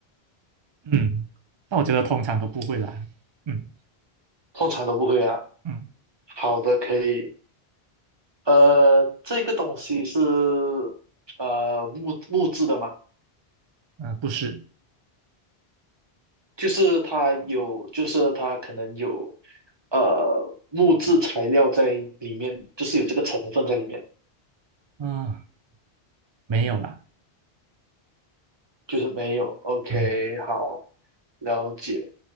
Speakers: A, on the right (about 50°); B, on the right (about 25°).
A: 嗯，那我觉得通常都不会啦，嗯
B: 通常都不会啊。
A: 嗯
B: 好的，可以呃，这个东西是呃木木质的嘛，
A: 嗯、呃不是，
B: 就是它有，就是它可能有呃木质材料在里面，就是有这个成分在里面，
A: 嗯、呃没有啦，
B: 就是没有。OK，
A: 嗯
B: 好，了解。